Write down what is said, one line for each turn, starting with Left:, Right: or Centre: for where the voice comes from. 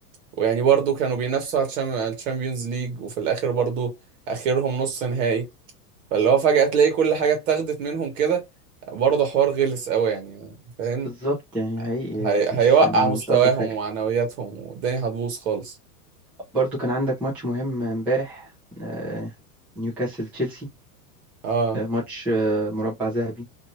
Right: ويعني برضو كانوا بينافسوا على الشام- على الشامبيونز ليج وفي الاخر برضو اخرهم نص نهائي فاللي هو فجأة تلاقي كل حاجة اتاخدت منهم كده برضه حوار غلس قوي يعني فاهم
Centre: بالظبط يعني حقيقي
Right: هي...
Centre: آه،
Right: هيوقع
Centre: مش
Right: مستواهم
Centre: مش ألطف حاجة
Right: ومعنوياتهم والدنيا هتبوظ خالص
Centre: برضو كان عندك ماتش مهم امبارح آه، نيوكاسل تشيلسي
Right: اه
Centre: آه، ماتش آه، مربع ذهبي